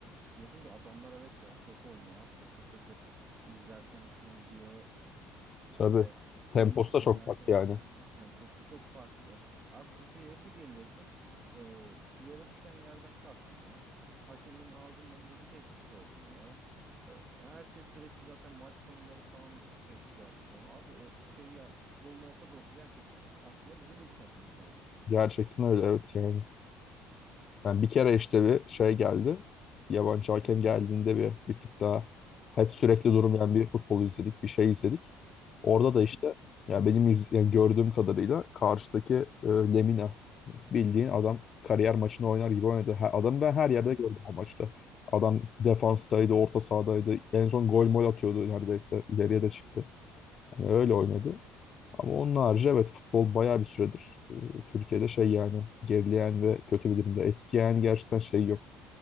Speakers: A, on the right (about 40°); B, on the left (about 45°).
A: Diyorsun ki adamlar evet ya top oynuyor abi takır takır. izlerken hoşuna gidiyor.
B: Tabii.
A: İşte
B: Temposu
A: din,
B: da
A: dinlerken
B: çok farklı
A: hoşuna
B: yani.
A: gidiyor. Temposu çok farklı. Abi Türkiye'ye bir geliyorsun e, yere düşen yerden kalkmıyor. Hakemin ağzından düdük eksik olmuyor. E, herkes sürekli zaten maç sonları falan bir spekülasyon. Abi o şey yani futbolun Orta Doğusu gerçekten aslında bizim ülkemiz yani.
B: Gerçekten öyle evet yani. Yani bir kere işte bir şey geldi. Yabancı hakem geldiğinde bir, bir tık daha hep sürekli durmayan bir futbol izledik, bir şey izledik. Orada da
A: Hı hı.
B: işte ya benim iz, yani gördüğüm kadarıyla karşıdaki e, Lemina bildiğin adam kariyer maçını oynar gibi oynadı. Ha, adamı ben her yerde
A: Evet.
B: gördüm o maçta. Adam defanstaydı, orta sahadaydı. En son gol mol atıyordu neredeyse. İleriye de çıktı. Yani öyle oynadı. Ama onun harici evet futbol bayağı bir süredir e, Türkiye'de şey yani gerileyen ve kötü bir durumda. Eski yani gerçekten şey yok.